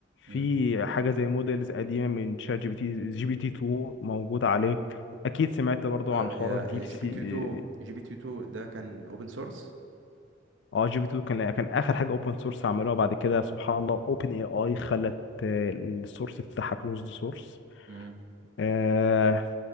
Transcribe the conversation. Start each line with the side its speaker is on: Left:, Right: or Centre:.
Right: مم.
Left: في حاجه زي مودلز قديمه من شات جي بي تي جي بي تي 2 موجوده عليه اكيد سمعت برضو
Right: اه
Left: عن حوار
Right: هي
Left: الديب
Right: جي
Left: سي
Right: بي تي 2 جي بي تي 2 ده كان اوبن سورس
Left: اه جي بي 2 كان كان اخر حاجه اوبن سورس عملوها بعد كده سبحان الله اوبن اي اي خلت آه، السورس بتاعها كلوزد سورس
Right: مم.
Left: آه